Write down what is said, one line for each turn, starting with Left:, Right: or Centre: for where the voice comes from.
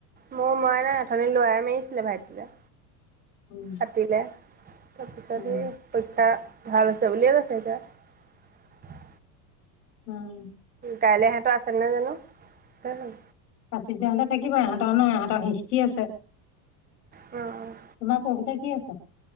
Right: মোৰ মৰা নাই খালী লৰাই মাৰিছিলে ভাইটিলে
Left: উম
Right: পাতিলে। তাৰপিছত
Left: উম।
Right: সি পৰীক্ষা ভাল হৈছে বুলিয়ে কৈছে এতিয়া।
Left: উম
Right: কাইলৈ সিহতৰ আছে নে জানো?
Left: প্ৰাচুৰ্য হতৰ থাকিব ইহতৰ নাই ইহতৰ হিষ্টি আছে।
Right: অ - অ।
Left: তোমাৰ পঢ়োতে কি আছে